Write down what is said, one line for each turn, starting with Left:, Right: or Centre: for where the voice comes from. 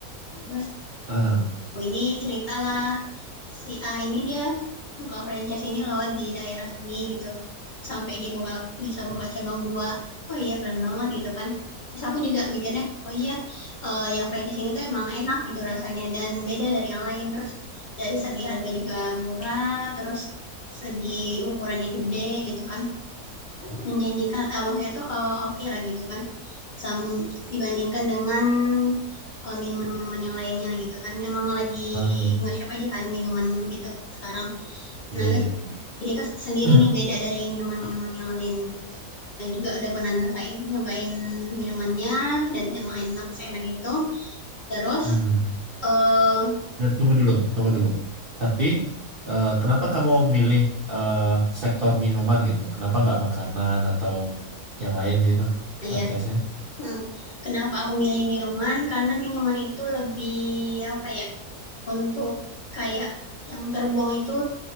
Left: Nah, terus
Right: Aha.
Left: aku ini ceritalah Si A ini dia buka franchise ini loh di daerah sini gitu. Sampai dia buka bisa buka cabang dua. Wah iya keren banget gitu kan. Terus aku juga mikirnya, oh iya eh, yang franchise ini tuh emang enak gitu rasanya dan beda dari yang lain. Terus dari segi harga juga murah, terus segi ukurannya gede gitu kan menjanjikan eh, maksudnya tuh eh, oke okay lah gitu kan Sam- dibandingkan dengan eh, minuman-minuman yang lainnya gitu kan emang lagi
Right: Hmm,
Left: nge-hype aja kan minuman gitu sekarang
Right: Iya
Left: nah
Right: iya.
Left: terus
Right: iya.
Left: Erika sendiri
Right: <clears throat>
Left: nih beda dari minuman-minuman yang lain gitu dan juga udah pernah ngerasain nyobain minumannya dan emang enak seenak itu terus
Right: Hmm.
Left: eh
Right: Nah, tunggu dulu, tunggu dulu. Tapi eh, kenapa kamu milih eh, sektor minuman gitu? Kenapa nggak makanan atau yang lain gitu franchise-nya?
Left: ya hmm, kenapa aku milih minuman karena minuman itu lebih apa ya Untuk kayak yang terbuang itu